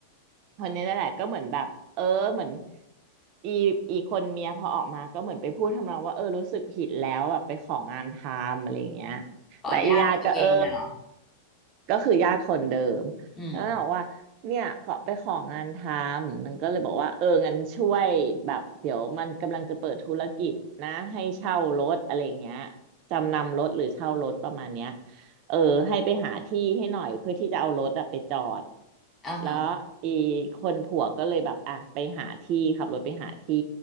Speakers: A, on the right; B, on the left.
A: คนนี้นั่นแหละก็เหมือนแบบเออเหมือนอีอีคนเมียพอออกมาก็เหมือนไปพูดทำนองว่าเออรู้สึกผิดแล้วแบบไปของานทำอะไรอย่างเงี้ย
B: ขอญาติตัวเองน่ะเหรอ
A: และอีญาติก็เออก็คือญาติคนเดิมแล้วนางบอกว่าเนี่ยขอไปของานทำมันก็เลยบอกว่าเอองั้นช่วยแบบเดี๋ยวมันกำลังจะเปิดธุรกิจนะให้เช่ารถอะไรอย่างเงี้ย
B: อืม
A: จำนำรถหรือเช่ารถประมาณเนี้ย เออให้ไปหาที่ให้หน่อยเพื่อที่จะเอารถอะไปจอด
B: อ่าฮะ
A: แล้วอีคนผัวก็เลยแบบอ่ะไปหาที่ขับรถไปหาที่